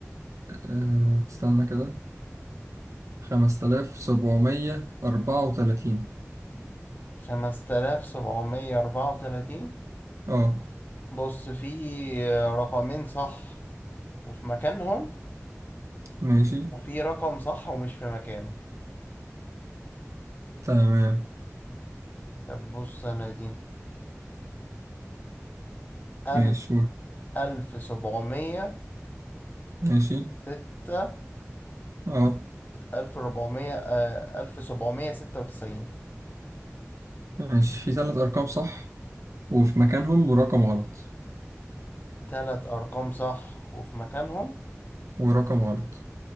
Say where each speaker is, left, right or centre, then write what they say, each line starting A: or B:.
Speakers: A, on the right; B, on the left.
A: آه استنى كده خمس تلاف سبعمية أربعة وتلاتين
B: خمس تلاف سبعمية أربعة وتلاتين
A: اه
B: بص في رقمين صح وفي مكانهم
A: ماشي
B: وفي رقم صح ومش في مكانه
A: تمام
B: طب بص أنا دي ألف
A: ماشي قول.
B: ألف سبعمية
A: ماشي
B: ستة
A: اه
B: ألف ربعمية آه، ألف سبعمية ستة وتسعين
A: ماشي في ثلاث ارقام صح وفي مكانهم ورقم غلط
B: تلات أرقام صح وفي مكانهم
A: ورقم غلط